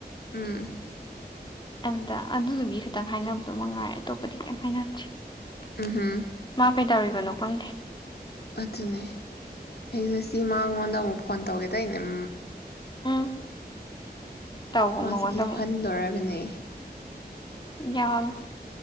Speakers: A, on the left; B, on the left.
A: ꯎꯝ
B: ꯑꯗ ꯑꯗꯨꯗꯨꯒꯤ ꯇꯪ ꯍꯥꯏꯅꯕꯗꯣ ꯃꯉꯥꯏꯔꯦ ꯑꯇꯣꯞꯄꯗꯤ ꯀꯔꯤꯝ ꯍꯥꯏꯅꯦꯗꯔ꯭ꯤ
A: ꯎꯝꯍꯨꯝ
B: ꯀꯩꯇꯧꯔꯤꯕꯅꯣ ꯐꯪꯗꯦ
A: ꯑꯗꯨꯅꯤ ꯑꯩ ꯉꯥꯁꯤ ꯃꯉꯣꯟꯗ ꯑꯃꯨꯛ ꯐꯣꯟ ꯇꯧꯒꯦ ꯇꯔꯤꯅꯦꯝ
B: ꯎꯝ ꯇꯧꯕ
A: ꯃꯥꯁꯨ
B: ꯃꯉꯣꯟꯗ
A: ꯍꯟꯗꯧꯣꯔꯕꯅꯦ
B: ꯌꯥꯍꯜ <unintelligible>